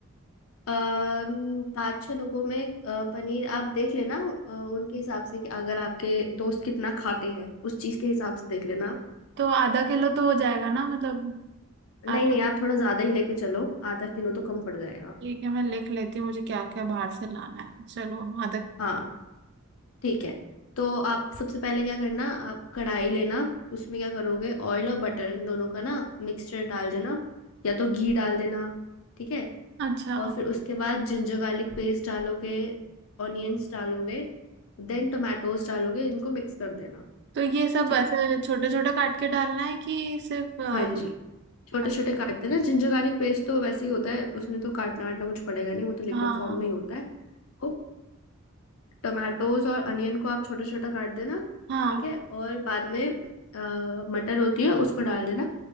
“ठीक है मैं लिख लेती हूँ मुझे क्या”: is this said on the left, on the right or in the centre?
Right